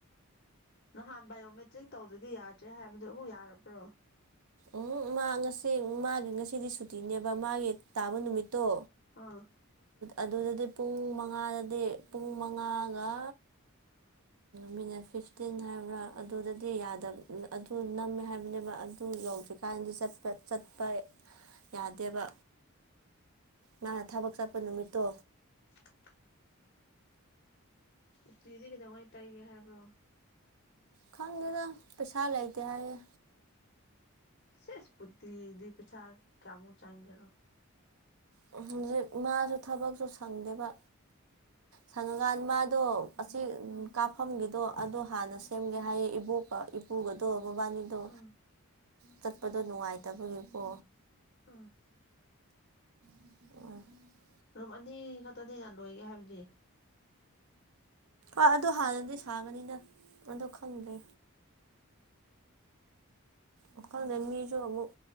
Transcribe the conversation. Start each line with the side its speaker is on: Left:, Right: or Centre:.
Left: ꯅꯍꯥꯟ ꯕꯥꯏꯑꯣꯃꯦꯇ꯭ꯔꯤꯛ ꯇꯧꯗꯗꯤ ꯌꯥꯗ꯭ꯔꯦ ꯍꯥꯏꯕꯗꯨꯣ ꯑꯃꯨꯛ ꯌꯥꯔꯕ꯭ꯔꯣ
Right: ꯎꯝ ꯃꯥ ꯉꯁꯤ ꯃꯥꯒꯤ ꯉꯁꯤꯗꯤ ꯁꯨꯇꯤꯅꯦꯕ ꯃꯥꯒꯤ ꯇꯥꯕ ꯅꯨꯃꯤꯠꯇꯣ
Left: ꯑꯥ
Right: ꯑꯗꯨꯗꯗꯤ ꯄꯨꯡ ꯃꯉꯥꯗꯗꯤ ꯄꯨꯡ ꯃꯉꯥꯒ ꯃꯤꯅꯠ ꯐꯤꯐꯇꯤꯟ ꯍꯥꯏꯕ꯭ꯔꯥ ꯑꯗꯨꯗꯗꯤ ꯌꯥꯗꯕ ꯑꯗꯨ ꯅꯝꯃꯦ ꯍꯥꯏꯕꯅꯦꯕ ꯑꯗꯨ ꯌꯧꯗ꯭ꯔꯤꯀꯥꯟꯗꯤ ꯆꯠꯄ ꯆꯠꯄ ꯌꯥꯗꯦꯕ ꯃꯥꯅ ꯊꯕꯛ ꯆꯠꯄ ꯅꯨꯃꯤꯠꯇꯣ
Left: <unintelligible> <inaudible> ꯎꯇꯤꯗꯤ ꯀꯩꯇꯧꯉꯥꯏ ꯇꯥꯏꯒꯦ ꯍꯥꯏꯕ꯭ꯔꯣ
Right: ꯈꯪꯗꯅ ꯄꯩꯁꯥ ꯂꯩꯇꯦ ꯍꯥꯏꯌꯦ
Left: ꯁꯤ ꯐꯨꯇꯤꯗꯤ ꯄꯩꯁꯥ ꯀꯌꯥꯃꯨꯛ ꯆꯪꯒꯦꯔꯣ
Right: ꯍꯧꯖꯤꯛ ꯃꯥꯁꯨ ꯊꯕꯛꯁꯨ ꯁꯪꯗꯦꯕ ꯁꯪꯉꯀꯥꯟꯗ ꯃꯥꯗꯣ ꯑꯁꯤ
Left: ꯑꯥ
Right: ꯀꯥꯞꯐꯝꯒꯤꯗꯣ ꯑꯗꯣ ꯍꯥꯟꯅ ꯁꯦꯝꯒꯦ ꯍꯥꯏꯌꯦ ꯏꯕꯣꯛꯀ ꯏꯄꯨꯒꯗꯣ ꯃꯕꯥꯅꯤ ꯑꯗꯣ
Left: ꯑꯥ
Right: ꯆꯠꯄꯗꯣ ꯅꯨꯡꯉꯥꯏꯇꯕꯒꯤꯀꯣ
Left: ꯑꯥ
Right: ꯑ <unintelligible> <inaudible>
Left: ꯔꯨꯝ ꯑꯅꯤ ꯈꯛꯇꯅꯤꯅ ꯂꯣꯏꯒꯦ ꯍꯥꯏꯕꯗꯤ
Right: ꯑ ꯑꯗꯨ ꯍꯥꯟꯅꯗꯤ ꯁꯥꯒꯅꯤꯅ ꯑꯗꯨ ꯈꯪꯗ꯭ꯔꯦ
Left: ꯎꯝ
Right: ꯋꯥ ꯈꯪꯗꯦ ꯃꯤꯁꯨ ꯑꯃꯨꯛ